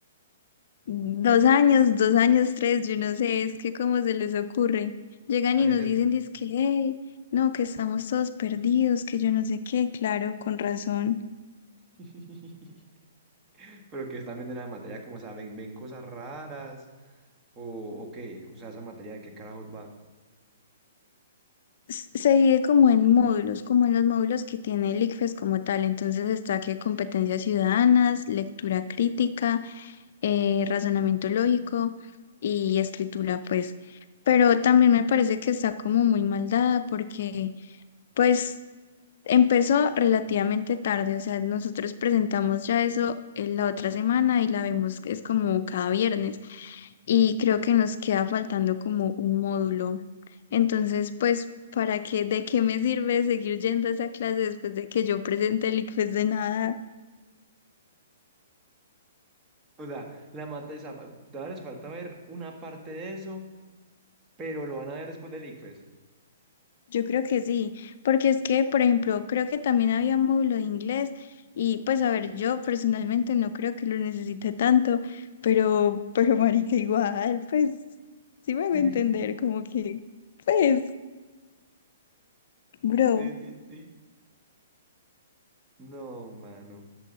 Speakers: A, on the left (about 60°); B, on the right (about 20°).
A: Dos años, dos años, tres, yo no sé, es que cómo se les ocurre. Llegan
B: Esa
A: y
B: gente...
A: nos dicen, dizque, hey, no, que estamos todos perdidos, que yo no sé qué, claro, con razón.
B: <laughs> Pero que están viendo en la materia como, o sea, ven, ven cosas raras o, o qué, o sea, esa materia de qué carajos va.
A: s- Se divide como en módulos, como en los módulos que tiene el ICFES como tal. Entonces está que competencias ciudadanas, lectura crítica, eh, razonamiento lógico y escritura, pues. Pero también me parece que está como muy mal dada porque, pues, empezó relativamente tarde. O sea, nosotros presentamos ya eso en la otra semana y la vemos que es como cada viernes. Y creo que nos queda faltando como un módulo entonces, pues, ¿para qué, de qué me sirve seguir yendo a esa clase después de que yo presente el ICFES de nada?
B: O sea, la materia, esa- todavía les falta ver una parte de eso, pero lo van a ver después del ICFES.
A: Yo creo que sí, porque es que, por ejemplo, creo que también había módulo de inglés y pues, a ver, yo personalmente no creo que lo necesite tanto, pero, pero marica, igual, pues, sí me voy
B: <laughs>
A: a entender, como que, pues, bro,
B: Sí, sí, sí. No, mano.